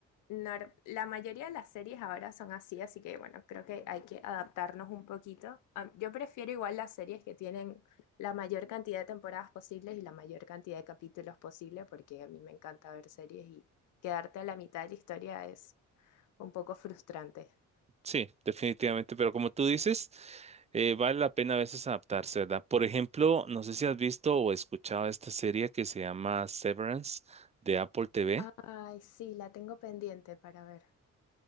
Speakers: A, on the left; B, on the right.
A: nor- la mayoría de las series ahora son así, así que bueno, creo que hay que adaptarnos un poquito. Am, yo prefiero igual las series que tienen la mayor cantidad de temporadas posibles y la mayor cantidad de capítulos posible, porque a mí me encanta ver series y quedarte a la mitad de la historia es un poco frustrante.
B: Sí, definitivamente. Pero como tú dices, eh, vale la pena a veces adaptarse, ¿verdad? Por ejemplo, no sé si has visto o escuchado esta serie que se llama Severance de Apple TV.
A: Ay, sí, la tengo pendiente para ver.